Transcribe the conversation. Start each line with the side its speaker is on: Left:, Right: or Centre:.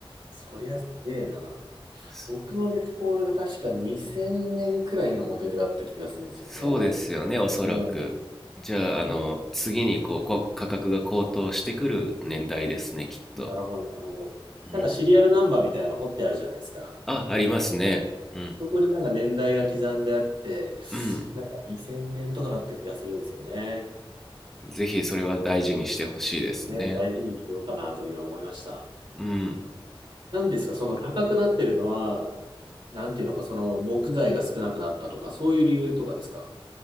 Right: そりゃすげえな。
Centre: そ
Right: 僕のレスポールが確か2000年くらいのモデルだった気がするんですよね。
Centre: そうですよね、おそらく。
Right: うん。
Centre: じゃあ、あの、
Right: 確か
Centre: 次にこう、こ価格が高騰してくる年代ですね、きっと。
Right: なるほど、なるほど。
Centre: うん。
Right: なんかシリアルナンバーみたいなの掘ってあるじゃないですか。
Centre: あ、ありますね。うん。
Right: そこになんか年代が刻んであって、
Centre: うん。
Right: なんか2000年とかだった気がするんですよね。
Centre: ぜひそれは大事にしてほしいですね。
Right: ねえ、大事にしてようかなというふうに思いました。
Centre: うん。
Right: なんですか、その高くなってるのは、なんていうのか、その木材が少なくなったとか、そういう理由とかですか